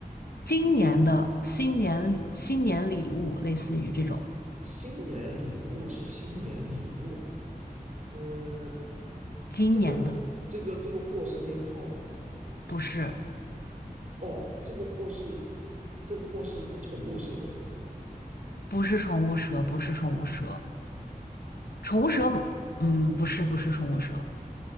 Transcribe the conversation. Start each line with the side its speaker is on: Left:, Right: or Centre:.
Left: 今年的新年新年礼物，类似于这种
Right: 新年礼物是新年礼物啊。嗯，
Left: 今年的，
Right: 这个这个这个货是鞭炮吗？
Left: 不是。
Right: 哦，这个货是这个货是宠物蛇，
Left: 不是宠物蛇，不是宠物蛇，宠物蛇，嗯，不是，不是宠物蛇，